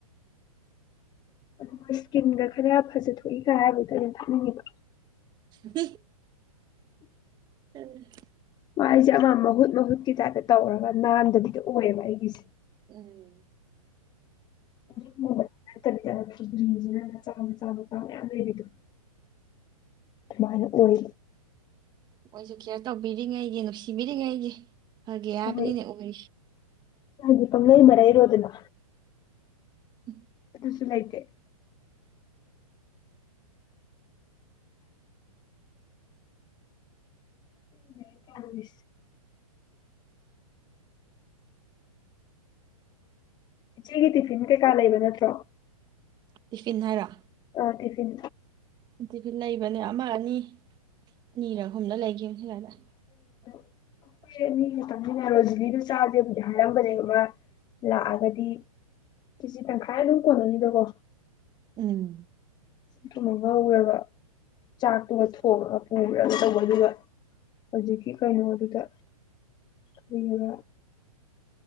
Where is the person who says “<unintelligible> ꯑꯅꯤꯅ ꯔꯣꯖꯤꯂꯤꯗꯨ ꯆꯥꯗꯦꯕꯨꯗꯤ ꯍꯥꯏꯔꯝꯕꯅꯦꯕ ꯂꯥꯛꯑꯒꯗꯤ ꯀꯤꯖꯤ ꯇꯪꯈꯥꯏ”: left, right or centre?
Left